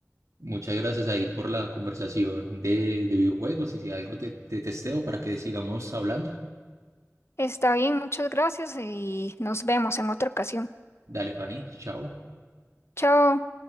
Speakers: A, on the right (about 85°); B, on the left (about 55°).
A: Muchas gracias ahí por la conversación de, de videojuegos y si algo te, te testeo para que sigamos hablando.
B: Está bien, muchas gracias y nos vemos en otra ocasión.
A: Dale, Fanny, chao.
B: Chao.